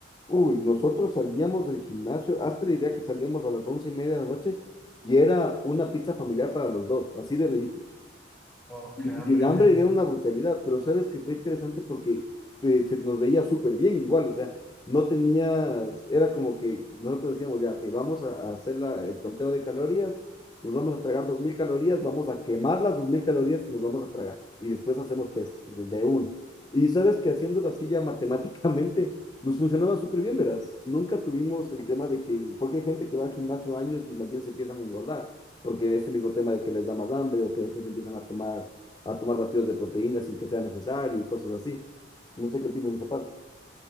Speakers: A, on the left; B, in the centre.
A: Uy, nosotros salíamos del gimnasio, hasta la idea que salíamos a las once y media de la noche y era una pizza familiar para los dos, así de ridículo.
B: Oh,
A: Y,
B: qué hambre.
A: y el hambre era una brutalidad, pero sabes que fue interesante porque te- se nos veía súper bien igual, o sea, no tenías, era como que nosotros decíamos, ya, que vamos a, a hacer la- el conteo de calorías, nos vamos a tragar 2.000 calorías, vamos a quemar las 2.000 calorías que nos vamos a tragar y después hacemos pesas desde uno. Y sabes que haciéndolo así ya <laughs> matemáticamente nos funcionaba súper bien, verás. Nunca tuvimos el tema de que, porque hay gente que va al gimnasio años y más bien se empiezan a engordar porque este mismo tema de que les da más hambre o que después empiezan a tomar a tomar batidos de proteínas sin que sea necesario y cosas así. No sé qué opinan de esa parte.